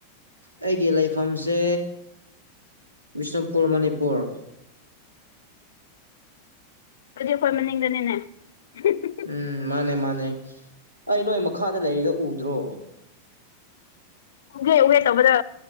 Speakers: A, on the right; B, on the left.
A: ꯑꯩꯒꯤ ꯂꯩꯐꯝꯁꯦ ꯕꯤꯁꯅꯨꯄꯨꯔ ꯃꯅꯤꯄꯨꯔ
B: ꯑꯗꯨꯗꯤ ꯑꯩꯈꯣꯏ ꯃꯅꯤꯡꯗꯅꯤꯅꯦ <unintelligible>
A: ꯎꯝ ꯃꯥꯅꯦ ꯃꯥꯅꯦ ꯑꯩ ꯅꯣꯏ ꯃꯈꯥꯗ ꯂꯩꯔꯤꯗꯣ ꯎꯗ꯭ꯔꯣ
B: ꯎꯒꯦ ꯎꯒꯦ ꯇꯧꯕꯗ